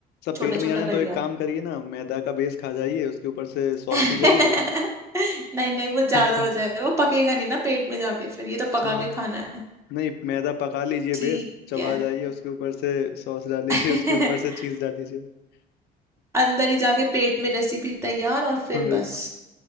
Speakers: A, on the left (about 80°); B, on the right (about 15°).
A: सब
B: छोटा
A: पेट में
B: छोटा
A: जाना है तो
B: कर लिया
A: एक काम करिए ना मैदा का बेस खा जाइए उसके ऊपर से सॉस
B: <laughs>
A: पी जाइए
B: नहीं नहीं वो ज्यादा
A: <laughs>
B: हो जाएगा वो पकेगा नहीं ना पेट में जाके फिर ये तो पका
A: ठीक
B: के खाना है
A: नहीं मैदा पका लीजिए
B: ठीक
A: बेस चबा
B: है
A: जाइए उसके ऊपर से सॉस डाल लीजिए
B: <laughs>
A: उसके ऊपर से चीज डाल लीजिए <laughs>
B: अंदर ही जाके पेट में रेसिपी तैयार और फिर
A: वही
B: बस
A: तो।